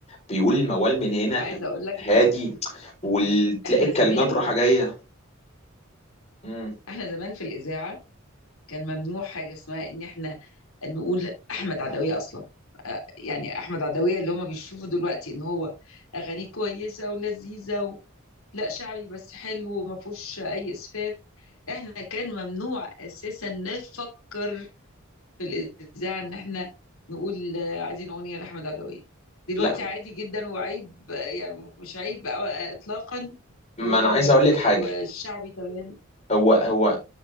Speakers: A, on the left; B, on the left.
A: بيقول الموال من هنا
B: عايزه اقول لك
A: هادي وتلاقي
B: يعني احنا
A: الكلمات
B: زمان
A: رايحه جايه مم.
B: احنا زمان في الاذاعه كان ممنوع حاجه اسمها ان احنا نقول احمد عدويه اصلا آه، يعني احمد عدويه اللي هم بيشوفوا دلوقتي ان هو اغانيه كويسه ولذيذه لا شعبي بس حلو وما فيهوش اي اسفاف احنا كان ممنوع اساسا نفكر في الاذاعه ان احنا نقول آه، عايزين اغنيه لاحمد عدويه دلوقتي
A: لا
B: عادي جدا وعيب آه، يعني مش عيب آه، اطلاقا
A: ما
B: و-
A: انا عايز اقول
B: و-
A: لك حاجه
B: والشعبي تمام
A: هو هو